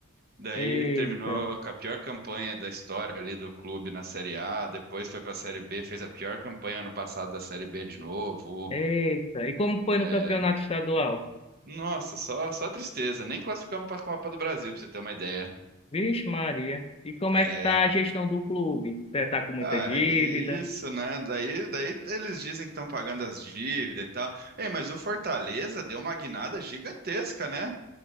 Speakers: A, on the right (about 45°); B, on the left (about 25°).
A: Daí
B: eita,
A: terminou com a pior campanha da história ali do clube na Série A. Depois foi para a Série B, fez a pior campanha ano passado da Série B de novo.
B: eita. E como foi
A: É,
B: no campeonato estadual?
A: Nossa, só só tristeza. Nem classificamos para a Copa do Brasil, para você ter uma ideia.
B: Vixe, Maria. E como
A: É,
B: é que tá a gestão do clube? Tá tá com muita
A: Ah,
B: dívida?
A: é isso, né? Daí, daí eles dizem que estão pagando as dívidas e tal. Ei, mas o Fortaleza deu uma guinada gigantesca, né?